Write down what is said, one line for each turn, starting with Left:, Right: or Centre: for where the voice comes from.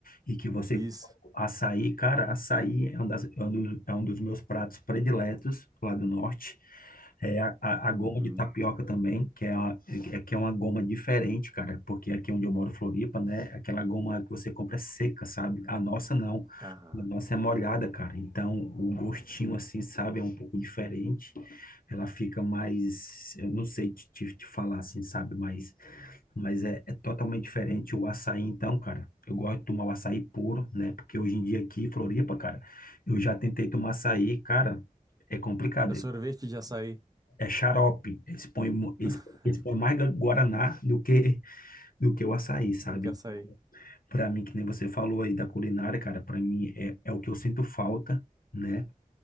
Left: e que você
Right: Isso.
Left: açaí, cara, açaí é um, das, é um dos é um dos meus pratos prediletos lá do norte. É a, a, a goma
Right: Uhum.
Left: de tapioca também, que é, uma, é que é uma goma diferente, cara, porque aqui onde eu moro, Floripa, né? Aquela goma que você compra é seca, sabe? A nossa não.
Right: Aham.
Left: A nossa é molhada, cara. Então, o gostinho, assim, sabe, é um pouco diferente. Ela fica mais, eu não sei te, te, te falar assim, sabe, mas, mas é, é totalmente diferente o açaí, então, cara. Eu gosto de tomar o açaí puro, né? Porque hoje em dia aqui, em Floripa, cara, eu já tentei tomar açaí, cara, é complicado.
Right: É sorvete de açaí.
Left: É xarope. Eles põem, mu- eles,
Right: <laughs>
Left: eles põem mais guaraná do que, do que o açaí, sabe?
Right: Do que açaí.
Left: Pra mim, que nem você falou aí da culinária, cara, pra mim é, é o que eu sinto falta né?